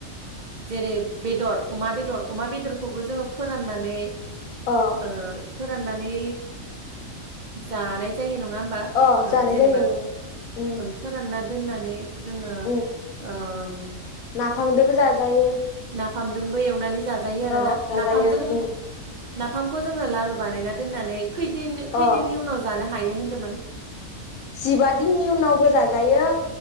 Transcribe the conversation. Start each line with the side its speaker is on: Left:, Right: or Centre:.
Right: जेरै बेदर अमा बेदर अमा बेदरखौबो जोङो फोराननानै
Left: अ
Right: ओ फोराननानै जानाय जायो नङा बा
Left: अ
Right: ओ
Left: जानाय
Right: जेनेबा
Left: जायो ओं उम
Right: ओ फोरानना दोननानै जोङो
Left: उम
Right: ओम
Left: नाफामदोबो जाजायो
Right: नाफामदोंबो एवनानै जा जायो आरोना
Left: अ जाजायो
Right: नाफामजों
Left: उम
Right: नाफामखौ जोङो लारु बानायना दनानै खैदिन खैदिननि
Left: अ
Right: उनाव जानो हायो होनदोमोन
Left: जिबा दिननि उनावबो जाजायो